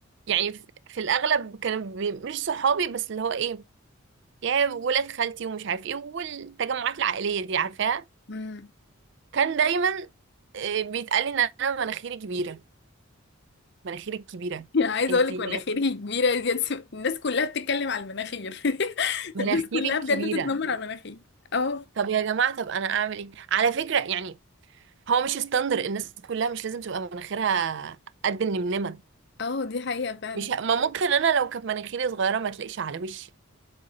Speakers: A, on the right; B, on the left.
A: يعني في في الاغلب كانوا بي- مش صحابي بس اللي هو ايه يا ولاد خالتي ومش عارف ايه والتجمعات العائليه دي عارفاها
B: امم
A: كان دايما آه بيتقال لي ان انا مناخيري كبيره مناخيري كبيره
B: يعني <laughs> عايزة
A: انتي
B: اقولك مناخيري
A: مناخيري
B: كبيرة دي الناس كلها بتتكلم على المناخير <laughs>
A: مناخيري
B: الناس كلها بجد
A: كبيره
B: بتتنمر على المناخير اه
A: طب يا جماعه طب انا اعمل ايه على فكره يعني هو مش ستاندر الناس كلها مش لازم تبقى مناخيرها قد النمنمه
B: اه دي حقيقة فعلا
A: مش ه- ما ممكن انا لو كانت مناخيري صغيره ما تلاقيش على وشي